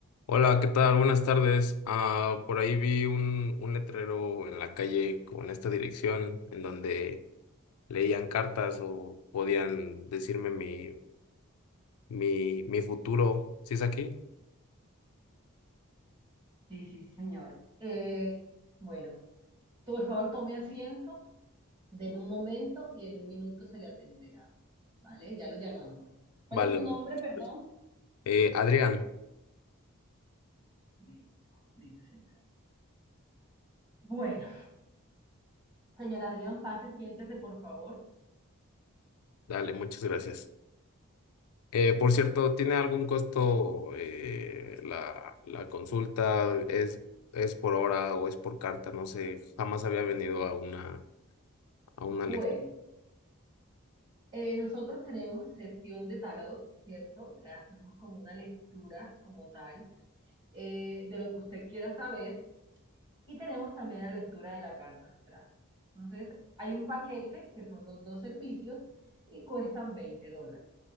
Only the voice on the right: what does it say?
Sí, sí, sí, señor. Eh, bueno, tú por favor tome asiento, deme un momento y en un minuto se le atenderá. ¿Vale? Ya lo llamamos. ¿Cuál
es su
nombre, perdón?
Listo, listo, señora. Bueno, señor Adrián, pase, siéntese, por favor.
Bueno,
eh, nosotros tenemos sesión de tarot, ¿cierto? Que hacemos como una lectura como tal eh, de lo que usted quiera saber Y tenemos también la lectura de la carta astral. Entonces, hay un paquete que son los dos servicios y cuestan 20 dólares.